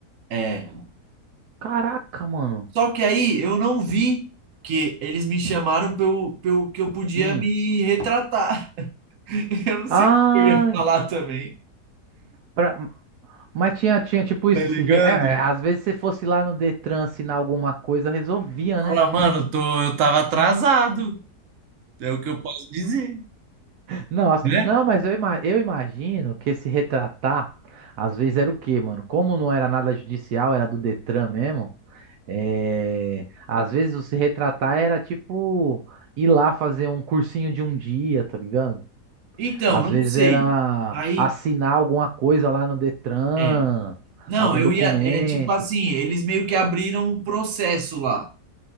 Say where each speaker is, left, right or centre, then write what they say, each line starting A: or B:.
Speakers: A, on the right; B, on the right.
A: É.
B: Caraca, mano.
A: Só que aí eu não vi que eles me chamaram pra eu- pra eu- que eu podia
B: Hum.
A: me retratar. <laughs> Eu não sei
B: Ai.
A: o que eu ia falar também,
B: pra- Mas tinha, tinha tipo isso.
A: tá ligado?
B: Se re- é, é, às vezes se fosse lá no Detran assinar alguma coisa, resolvia,
A: Fala,
B: né?
A: mano, tô, eu tava atrasado, é o que eu posso dizer,
B: Nossa,
A: né?
B: não, mas eu, ima- eu imagino que esse retratar, às vezes era o quê, mano? Como não era nada judicial, era do Detran mesmo. É... Às vezes o se retratar era tipo ir lá fazer um cursinho de um dia, tá ligado?
A: Então,
B: Às vezes
A: não sei.
B: era
A: Aí.
B: assinar alguma coisa lá no Detran,
A: é Não,
B: algum
A: eu
B: documento.
A: ia. É tipo assim, eles meio que abriram um processo lá.